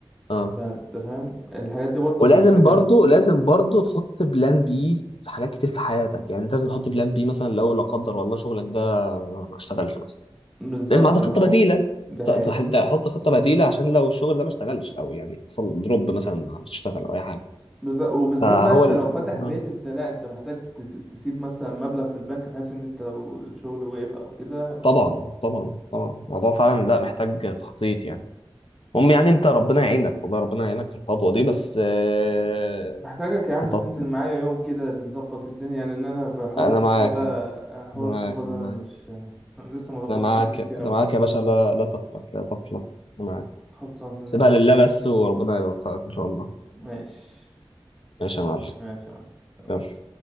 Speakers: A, on the left; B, in the centre.
A: اه
B: فانت فاهم الحاجات دي برضو
A: ولازم
B: محتاجة
A: برضو لازم برضو تحط بلان بي في حاجات كتير في حياتك يعني انت لازم تحط بلان بي مثلا لو لا قدر والله شغلك ده ما اشتغلش مثلا
B: بالظبط
A: لازم عندك
B: اللي
A: خطه
B: هو
A: بديله
B: ده حقيقة
A: ت- تح- تحط خطه بديله عشان لو الشغل ده ما اشتغلش او يعني حصل دروب مثلا ما عرفتش تشتغل او اي حاجه
B: بالظبط وبالذات
A: فهو
B: بقى انت
A: ال...
B: لو فاتح بيت
A: آه.
B: انت لا انت محتاج تس- تسيب مثلا مبلغ في البنك بحيث ان انت لو الشغل وقف او كده
A: طبعا طبعا طبعا الموضوع فعلا لا محتاج تخطيط يعني المهم يعني انت ربنا يعينك والله ربنا يعينك في الخطوه دي بس آه،
B: محتاجك يا عم
A: خطط
B: تنزل معايا يوم كده نظبط الدنيا لان انا في حوار
A: انا
B: الخطوبة
A: معاك
B: ده
A: يعني.
B: حوار
A: أنا معاك
B: الخطوبة ده
A: أنا
B: انا
A: معاك
B: مش لسه ما ظبطتش
A: أنا معاك
B: الدنيا
A: أنا
B: فيه قوي
A: معاك يا باشا لا لا تقلق لا تقلق أنا معاك
B: خلصان ننزل
A: سيبها لله
B: نظبط يوم
A: بس
B: كده
A: وربنا يوفقك إن شاء الله
B: ماشي
A: ماشي يا معلم
B: ماشي يا معلم سلام.
A: يلا